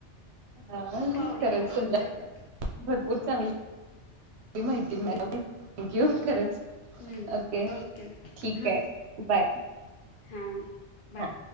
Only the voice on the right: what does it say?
हा
खरंच
तुमच्या
<unintelligible> भरपूर चांगली माहिती मिळाली, थँक्यू खरंच.
ओके
ठीक
आहे बाय.
हा.